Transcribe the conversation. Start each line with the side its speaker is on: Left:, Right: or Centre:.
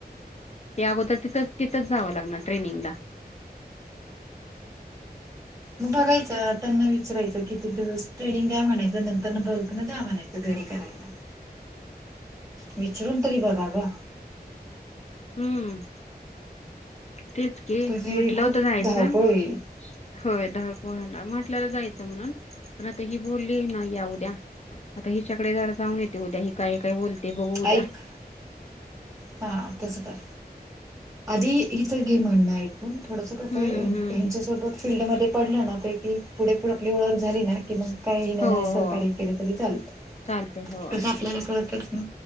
Left: ते अगोदर तिथं तिथंच जावं लागणार ट्रेनिंगला
Right: मग बघायचं त्यांना विचारायचं किती दिवस ट्रेनिंग द्या म्हणायचं नंतर बल्क नं द्या म्हणायचं तुपेरी करा विचरून तरी बघा ग
Left: हम्म तेच की
Right: तुझी
Left: म्हटलं
Right: खूप
Left: होतं जायचं
Right: धावपळ होईल
Left: होय दवे पोळ्यांला म्हटल्याला जायचं म्हणून पण आता ही बोलली ना या उद्या आता हिच्याकडे जरा जाऊन येते उद्या हि काय काय बोलते बघू उद्या
Right: ऐक हा तस का आधी इतर गेम म्हणणं आहे ून थोडंस
Left: हम्म
Right: कसं आहे ह्यांच्यासोबत
Left: हम्म
Right: फीलल्ड म पडलं ना तर की पुढे पुढ आपली ओळख झाली ना कि मग काही नाही
Left: हो
Right: नाही सहकार्य
Left: हो
Right: केले तरी चालत
Left: चालते हो
Right: तसं आपल्यालासं वाटत ना